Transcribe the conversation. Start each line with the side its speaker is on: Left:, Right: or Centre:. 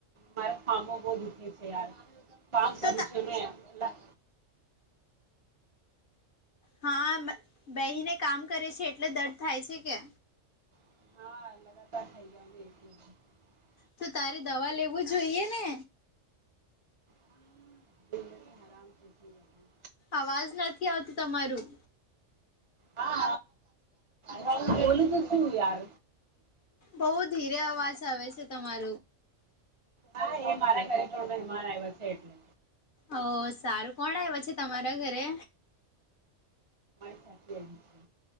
Right: મારા ખામો બહુ દુખે છે યાર. કામ કરું
Left: તો
Right: છું ને એટલા
Left: હા બા બેહીને કામ કરે છે એટલે દર્દ થાય છે કે.
Right: હા લગાતાર થઈ <inaudible>
Left: તો તારે દવા લેવું જોઈએ ને.
Right: જિંદગી હરામ છે શું બતાવું
Left: અવાજ નથી આવતું તમારું.
Right: હા હા બોલું તું શું યાર.
Left: બહુ ધીરે અવાજ આવે છે તમા
Right: હા એ મારા ઘરે કે મહેમાન આવ્યા છે એટલે.
Left: ઓહ! સારું કોણ આવ્યા છે તમારા ઘરે?
Right: ચાચી આયવી છે.